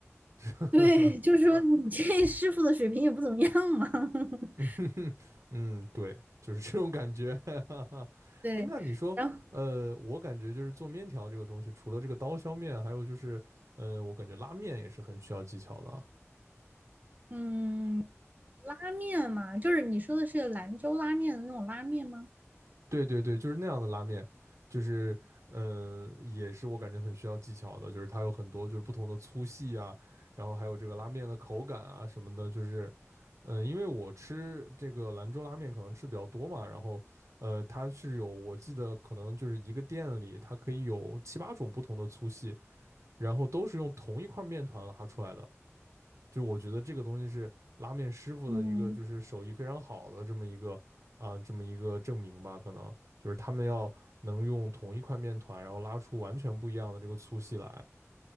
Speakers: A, on the right; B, on the right.
A: <laughs>
B: <laughs> 对，就是说你这师傅的水平也不怎么样嘛。<laughs>
A: <laughs> 嗯，对，就是这种感觉。<laughs>
B: 对，
A: 哎，那你说，
B: 然后
A: 呃，我感觉就是做面条这个东西，除了这个刀削面，还有就是，呃，我感觉拉面也是很需要技巧的啊。
B: 嗯，拉面嘛，就是你说的是兰州拉面的那种拉面吗？
A: 对对对，就是那样的拉面，就是呃，也是我感觉很需要技巧的，就是它有很多就是不同的粗细啊，然后还有这个拉面的口感啊什么的，就是嗯、呃因为我吃这个兰州拉面可能吃比较多嘛，然后呃，它是有我记得可能就是一个店里它可以有七八种不同的粗细，然后都是用同一块面团拉出来的，就是我觉得这个东西是拉面师傅的一个就是手艺非常好的这么一个啊这么一个证明吧，
B: 嗯。
A: 可能就是他们要能用同一块面团，然后拉出完全不一样的这个粗细来